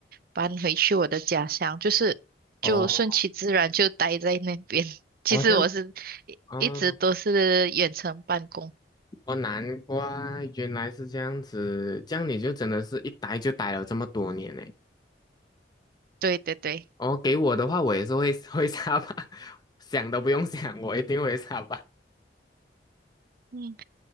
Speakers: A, on the right; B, on the left.
A: 搬回去我的家乡，就是就顺其自然就待在那边。
B: 哦，
A: <laughs> 其实我是一一直都是远程办公，
B: 哦这样，哦哦，难怪原来是这样子，这样你就真的是一待就待了这么多年呢。
A: 对对对，
B: 哦，给我的话，我也是会 <laughs> 会沙巴，<laughs> 想都不用想，我一定会沙巴
A: 嗯，